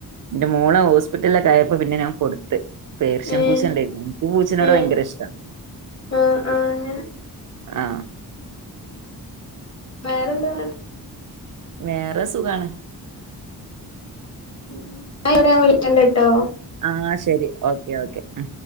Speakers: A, on the right; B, on the left.
A: എന്റെ മോളെ ഹോസ്പിറ്റലിലൊക്കെ ആയപ്പോ പിന്നെ ഞാൻ കൊടുത്ത് പേർഷ്യൻ
B: ഏഹ്
A: പൂച്ച ഇണ്ടായിരുന്നു എനിക്ക് പൂച്ചെനോട്
B: ഏഹ്
A: ഭയങ്കര ഇഷ്ട
B: ആഹ് ആഹ് അങ്ങനെ
A: ആ
B: വേറെന്താ
A: വേറെ സുഖാണ്
B: <unintelligible> വിളിക്കണ്ട്ട്ടോ
A: ആ ശരി ഓക്കെ ഓക്കെ ആ